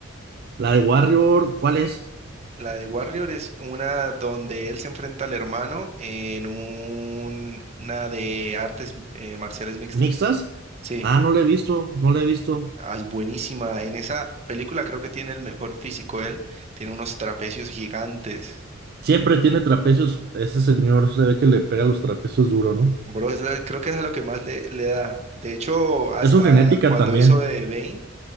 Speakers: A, on the right; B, on the right.
A: La de Warrior, ¿cuál es?
B: La de Warrior es una donde él se enfrenta al hermano en un- una de artes eh, marciales mixtas.
A: ¿Mixtas?
B: Sí,
A: Ah, no la he visto, no la he visto.
B: ah, es buenísima. En esa película creo que tiene el mejor físico él. Tiene unos trapecios gigantes.
A: Siempre tiene trapecios. Ese señor se ve que le pega los trapecios duro, ¿no?
B: Bro, es la- creo que es a lo que más le, le da. De hecho, hasta
A: Es su genética
B: cuando
A: también.
B: hizo de Bane,